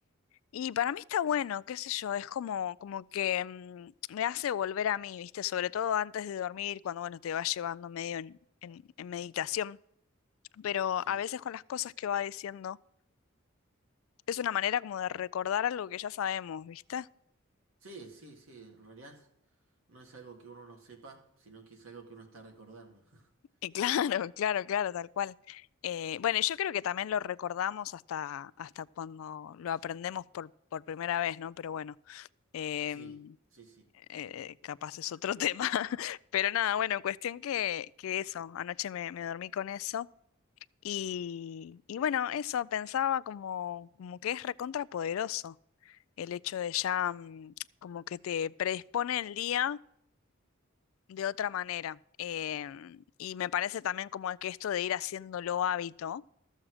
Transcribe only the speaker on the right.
Sí,
sí, sí, sí, en realidad. No es algo que uno no sepa, sino que es algo que uno está recordando. <laughs>
Sí, sí, sí,